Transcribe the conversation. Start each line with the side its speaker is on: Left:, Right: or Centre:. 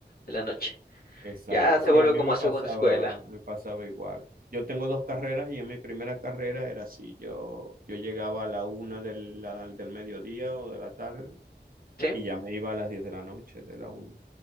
Left: de la noche.
Right: Exacto.
Left: Ya se
Right: Sí,
Left: vuelve
Right: a mí
Left: como
Right: me
Left: segunda
Right: pasaba,
Left: escuela.
Right: me pasaba igual. Yo tengo dos carreras y en mi primera carrera era así, yo, yo llegaba a la una del, la- del mediodía o de la tarde
Left: ¿Sí?
Right: y ya me iba a las diez de la noche, de la una.